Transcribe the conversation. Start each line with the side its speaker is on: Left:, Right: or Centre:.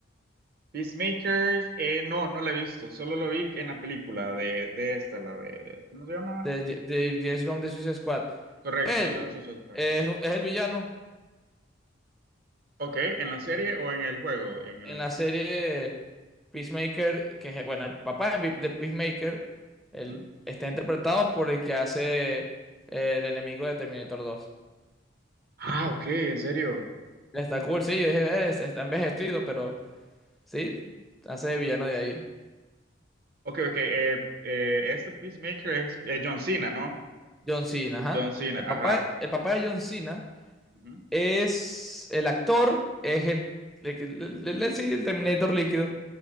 Right: Peacemaker, eh, no, no la he visto, solo lo vi en la película de, de esta, la de, ¿cómo se llama?
Centre: de, J- de James Gunn de Suicide Squad.
Right: Correcto,
Centre: Él
Right: la de Suicide Squad.
Centre: eh, es, es el villano.
Right: Ok, ¿en la serie o en el juego? En el...
Centre: en la serie Peacemaker, que es, bueno, el papá de Pe- de Peacemaker, él
Right: Ujú.
Centre: está interpretado por el que hace eh, el enemigo de Terminator 2.
Right: Ah, ok, en serio.
Centre: Está cool, sí, yo dije, "Eh, es- está envejecido, pero sí, hace de villano de ahí.
Right: Ok, ok, eh, eh, este Peacemaker es eh, John Cena, ¿no?
Centre: John Cena, ajá.
Right: John Cena,
Centre: El papá,
Right: ajá.
Centre: el papá de John Cena
Right: Ujú.
Centre: es el actor, es el, el, que- el- el- el- sí, el Terminator líquido.